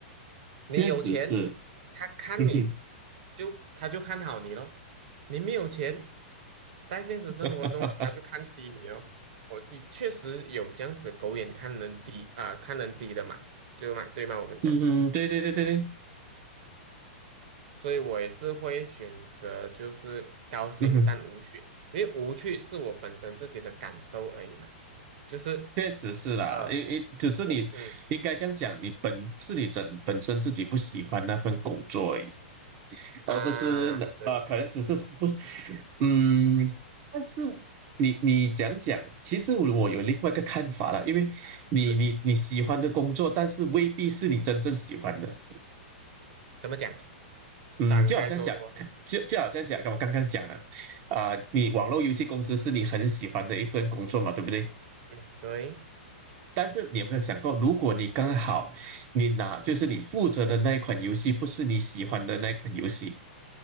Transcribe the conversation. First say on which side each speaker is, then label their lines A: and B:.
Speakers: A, on the right; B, on the right.
A: 你有钱，
B: 确实是，
A: 他看你就他就看好你咯。
B: 嗯哼。
A: 你没有钱，在现实生活中他就看低你哦。
B: <laughs>
A: 我你确实有这样子狗眼看人低啊、看人低的嘛，对吗？对吗？我们讲。
B: 嗯哼，对对对对对，
A: 所以我也是会选择就是高兴但无趣，
B: 嗯哼，
A: 因为无趣是我本身自己的感受而已嘛，就是
B: 确实是啦，
A: 呃，
B: 因因只是你应该这样讲，
A: 我嗯
B: 你本是你整本身自己不喜欢那份工作而已，
A: 啊，
B: 而不是那呃，
A: 对
B: 可能只是说不，嗯，但是你你讲讲，其实我有另外一个看法啦，因为你你你喜欢的工作，
A: 对，
B: 但是未必是你真正喜欢的，
A: 怎么讲？
B: 嗯，
A: 展开说说，
B: 就好像讲，就就好像讲，我刚刚讲了，啊、你网络游戏公司是你很喜欢的一份工作嘛，对不对？
A: 嗯，对，
B: 但是你有没有想过，如果你刚好你拿就是你负责的那一款游戏不是你喜欢的那一款游戏